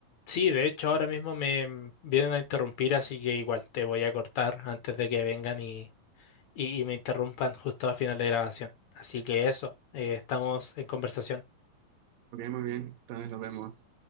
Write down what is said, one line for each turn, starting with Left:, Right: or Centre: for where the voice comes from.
Left: Sí, de hecho ahora mismo me mm, vienen a interrumpir, así que igual te voy a cortar antes de que vengan y... y, y me interrumpan justo al final de grabación. Así que eso, eh, estamos en conversación.
Right: Ok, muy bien. Entonces nos vemos.